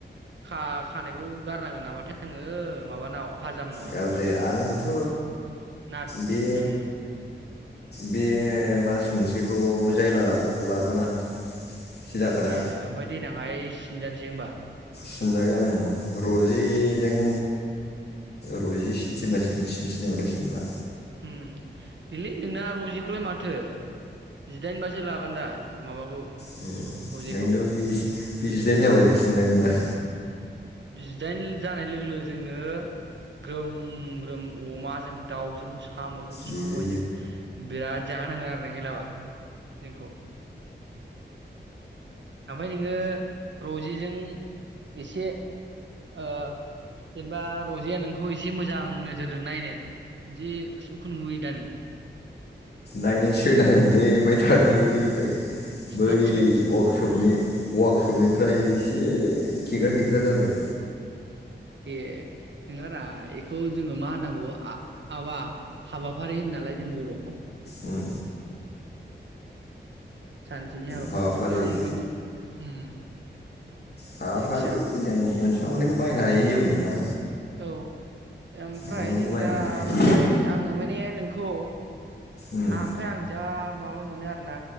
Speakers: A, on the right; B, on the left.
A: खा-खानायखौ गारनांगोन नामाथाय आङो माबानाव हाजामनाव
B: गारदे आंथ
A: ना
B: बे
A: उम
B: बे मास मोनसे बेखौ जायला लाथार लागोन आं। सिदाखोदा
A: ए ओमफ्राय दे देनांहाय सिनजानोसै होमबा
B: सिनजागोन ओं रजिजों रजि सिनसबासिजों सिनोसै सिनो थिनाबा सिनला
A: उम दिलै नोंना रजिखौलाय माथो जिदाइनबासो लागोन दा माबाखौ
B: ओंखायनोथ'
A: रजेखौ
B: बे बे जिदाइन जाबासो सिनजागोन आं
A: जिदाइन जानाय लोगो लोगो जोंनो ग्रोम ग्रोम अमाजों दाउजों सामजों सबायजों
B: बेनो दे
A: बिराद जाहो नांगोन आरो नों एहाय हिलाबा जोंखौ ओमफ्राय नोङो रजेजों एसे जेनेबा रजेया नोंखौ एसे मोजां नोजोरजों नायनो बिदि <unintelligible> नुयोदा नों
B: नायनाय सोनायलै दाख्लैनिफ्राय बै
A: ना होनदों
B: वार्कशपनि - वार्कशपनिफ्राय एसे खेग्रा खेग्रा जादों।
A: ए नोंङारा एखौ जोङो मा होननांगौ आ-आबा हाबाफारि होनोनालाय जों बरआव
B: उम
A: सानसेनि हाबाफा
B: हाबाफारि
A: मा होननो बेखौ उम
B: हाबाफारि
A: जायखिया
B: जों मोनस आवनैखौ बायनो हायि जेबो नङा।
A: औ ओमफ्राय
B: मोनफा मोननैखौ
A: जों
B: बायनो
A: दा
B: हायो
A: ओमफ्राय आङो माने नों खौ आहा
B: उम
A: ओमफ्राय आं जा माबा मोनो आरोना